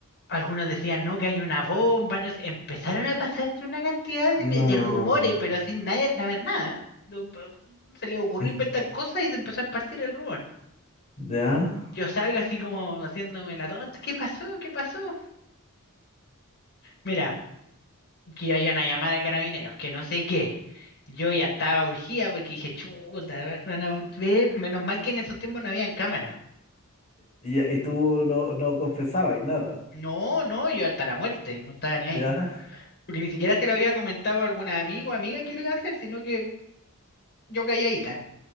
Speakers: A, on the left; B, on the left.
A: algunos decían, no, que hay una bomba, no sé. Empezaron a pasarse una cantidad de,
B: No.
A: de de rumores, pero así nadie saber nada. No, pa- Se le ocurrió
B: <laughs>
A: inventar cosas y se empezó a esparcir el rumor.
B: ¿Ya?
A: Yo salgo así como haciéndome la tonta, ¿qué pasó? ¿Qué pasó? Mira. que iban a llamar a carabineros, que no sé qué. Yo ya estaba urgida porque dije, chuta, van a ver, menos mal que en esos tiempos no habían cámaras.
B: ¿Y, y tú no, no confesabas y nada?
A: No, no, yo hasta la muerte, no estaba ni ahí.
B: ¿Ya?
A: Porque ni siquiera se lo había comentado a algún amigo o amiga que lo iba a hacer, sino que yo calladita.